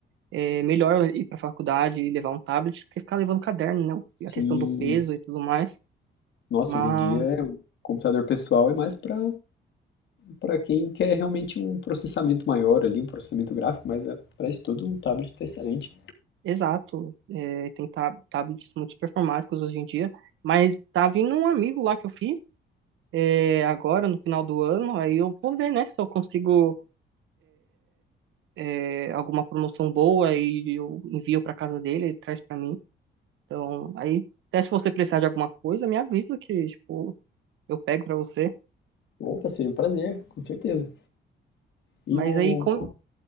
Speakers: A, on the right (about 80°); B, on the left (about 65°).
A: é melhor eu ir para faculdade e levar um tablet que ficar levando caderno,
B: Sim.
A: né, a questão do peso e tudo mais.
B: Nossa,
A: Mas,
B: hoje em dia é, o computador pessoal é mais para para quem quer realmente um processamento maior ali, um processamento gráfico, mas é, para estudo um tablet está excelente.
A: exato, é, tem ta- tablets muito performáticos hoje em dia. Mas tá vindo um amigo lá que eu fiz é, agora, no final do ano, aí eu vou ver, né, se eu consigo é, alguma promoção boa e eu envio para casa dele, ele traz para mim. Então, aí, até se você precisar de alguma coisa, me avisa que, tipo, eu pego para você.
B: Opa, seria um prazer, com certeza. E
A: Mas
B: o.
A: aí, com...
B: com-